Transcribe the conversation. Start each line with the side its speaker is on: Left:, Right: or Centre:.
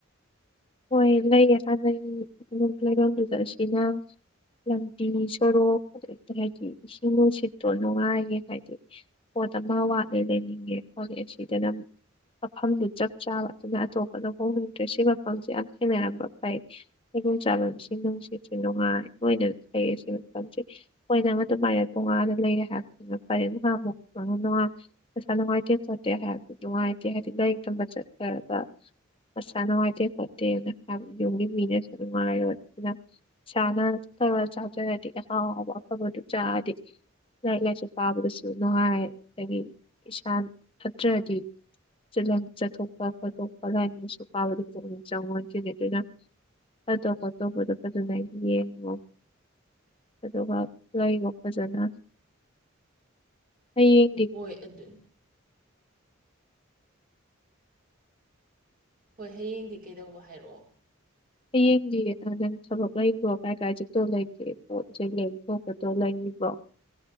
Left: ꯍꯣꯏ ꯂꯩꯌꯦ ꯍꯥꯟꯅꯩ ꯂꯩꯐꯝꯗꯨꯗ ꯑꯁꯤꯅ ꯂꯝꯕꯤ ꯁꯣꯔꯣꯛ ꯑꯗꯒꯤ ꯍꯥꯏꯗꯤ ꯏꯁꯤꯡ ꯅꯨꯡꯁꯤꯠꯇꯣ ꯅꯨꯡꯉꯥꯏꯌꯦ ꯍꯥꯏꯗꯤ ꯄꯣꯠ ꯑꯃ ꯋꯥꯠꯂꯦ ꯂꯩꯅꯤꯡꯉꯦ ꯈꯣꯠꯂꯦ ꯑꯁꯤꯗꯅ ꯃꯐꯝꯗꯨ ꯆꯞ ꯆꯥꯕ ꯑꯗꯨꯅ ꯑꯇꯣꯞꯄꯗ ꯍꯣꯡꯅꯤꯡꯗ꯭ꯔꯦ ꯁꯤꯃꯐ ꯃꯐꯝꯁꯦ ꯌꯥꯝ ꯊꯦꯡꯅꯔꯝꯕ ꯐꯩ ꯂꯩꯩꯕꯝ ꯆꯥꯕꯝꯁꯤ ꯅꯨꯡꯁꯤꯠꯁꯨ ꯅꯨꯡꯉꯥꯏ ꯋꯦꯗꯔꯁꯨ ꯐꯩꯌꯦ ꯁꯤ ꯃꯐꯝꯁꯤ ꯍꯣꯏꯗ ꯑꯗꯨꯃꯥꯏꯅ ꯇꯣꯉꯥꯟꯅ ꯂꯩꯔꯦ ꯍꯥꯏꯕꯗꯨꯅ ꯐꯔꯦ ꯅꯍꯥꯟ ꯑꯃꯨꯛꯉ ꯅꯁꯥ ꯅꯨꯡꯉꯥꯏꯇꯦ ꯈꯣꯠꯇꯦ ꯍꯥꯏꯕꯗꯨ ꯅꯨꯡꯉꯥꯏꯇꯦ ꯍꯥꯏꯗꯤ ꯂꯥꯏꯔꯤꯛ ꯇꯝꯕ ꯆꯠꯈꯔꯒ ꯃꯁꯥ ꯅꯨꯡꯉꯥꯏꯇꯦ ꯈꯣꯠꯇꯦꯅ ꯍꯥꯏꯕꯗꯤ ꯌꯨꯝꯒꯤ ꯃꯤꯅꯁꯨ ꯅꯨꯡꯉꯥꯏꯔꯣꯏ ꯑꯗꯨꯅ ꯏꯁꯥꯅ ꯈꯔ ꯆꯥꯖꯔꯗꯤ ꯑꯍꯥꯎ ꯑꯍꯥꯎꯕ ꯑꯐꯕꯗꯨ ꯆꯥꯔꯗꯤ ꯂꯥꯏꯔꯤꯛ ꯂꯥꯏꯁꯨ ꯄꯥꯕꯗꯁꯨ ꯅꯨꯡꯉꯥꯏ ꯑꯗꯒꯤ ꯏꯁꯥ ꯐꯠꯇ꯭ꯔꯗꯤ ꯆꯂꯝ ꯆꯠꯊꯣꯛꯄ ꯈꯣꯠꯇꯣꯛꯄ ꯂꯥꯏꯔꯤꯛ ꯂꯥꯏꯁꯨ ꯄꯥꯕꯗ ꯄꯅꯤꯡ ꯆꯪꯉꯣꯗꯣꯏꯅꯤ ꯑꯗꯨꯅ ꯐꯇꯕꯄꯣꯠꯇꯣ ꯐꯖꯅ ꯌꯦꯡꯉꯣ ꯑꯗꯨꯒ ꯂꯩꯌꯣ ꯐꯖꯅ꯫ ꯍꯌꯦꯡꯗꯤ꯫
Right: ꯍꯣꯏ ꯑꯗꯨ ꯍꯣꯏ ꯍꯌꯦꯡꯗꯤ ꯀꯩꯗꯧꯕ ꯍꯥꯏꯔꯛꯑꯣ꯫
Left: ꯍꯌꯦꯡꯗꯤ ꯅꯪ ꯊꯕꯛ ꯂꯩꯕ꯭ꯔꯣ ꯀꯥꯏ ꯀꯥꯏ ꯆꯠꯇꯣ ꯂꯩꯇꯦ ꯄꯣꯠꯆꯩ ꯂꯩꯕ ꯊꯣꯛꯄꯗꯣ ꯂꯩꯕ꯭ꯔꯣ꯫